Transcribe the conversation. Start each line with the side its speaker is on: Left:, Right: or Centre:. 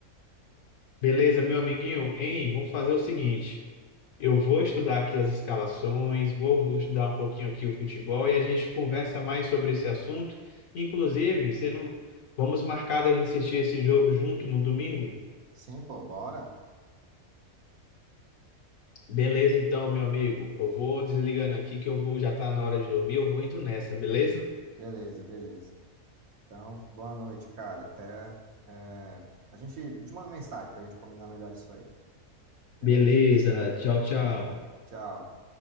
Left: Beleza, meu amiguinho? Hein, vamos fazer o seguinte: eu vou estudar aqui as escalações, vou vou estudar um pouquinho aqui o futebol e a gente conversa mais sobre esse assunto. Inclusive, você não... vamos marcar da gente assistir esse jogo junto no domingo?
Right: Sim, pô, bora?
Left: Beleza, então, meu amigo. Eu vou desligando aqui que eu vou, já tá na hora de dormir, eu vou indo nessa, beleza?
Right: Beleza, beleza. Então, boa noite, cara. Até. é, A gente eu te manda mensagem para a gente combinar melhor isso aí, beleza?
Left: Beleza, tchau, tchau.
Right: Tchau.